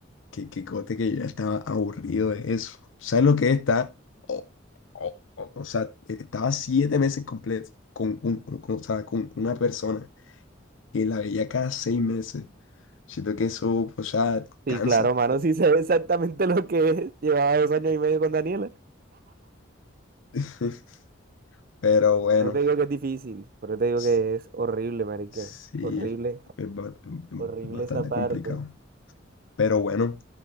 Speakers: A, on the left; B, on the right.
A: que, que cote que yo ya estaba aburrido de eso. ¿Sabes lo que es estar? O, o- o- o sea, estaba siete meses completos con, un, con- o sea, con una persona que la veía cada seis meses. Siento que eso, o sea,
B: Sí,
A: cansa.
B: claro, mano, sí sé exactamente lo que es. Llevaba dos años y medio con Daniela.
A: <laughs> Pero bueno,
B: No te digo que es difícil, pero te digo
A: sí,
B: que es horrible, marica.
A: sí,
B: Horrible,
A: es ba-
B: horrible
A: es bastante
B: esa parte.
A: complicado. Pero bueno,